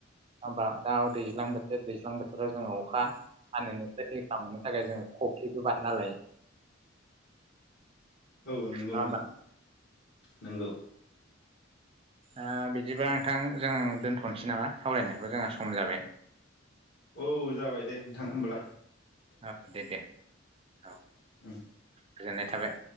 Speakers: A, on the right; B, on the left.
A: हबा दा दैज्लां बोथोर दैज्लां बोथोराव जोङो अखा फाननायनिफ्राय रैखा मोननो थाखाय जोङो कफ्रिबो बानायना लायो
B: औ नंगौ
A: नङा
B: नोंथां।
A: होमबा
B: नोंगौ
A: ओ बिदिबा नोंथां जों दोन्थ'नोसै नामा सावरायनायखौ जोंहा सम जाबाय
B: औ जाबाय दे नोंथां होमब्ला
A: औ दे दे औ
B: उम
A: गोजोननाय थाबाय